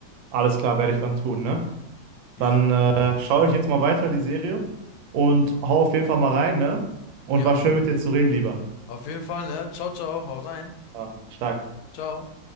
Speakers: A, on the right; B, on the left.
A: Alles klar, werde ich dann tun, ne?
B: Ja,
A: Dann äh, schaue ich jetzt mal weiter die Serie und hau auf jeden Fall mal rein, ne? Und
B: ja,
A: war schön mit dir zu reden, lieber.
B: auf jeden Fall, ne? Ciao, ciao, haut rein.
A: Ja, stark.
B: Ciao.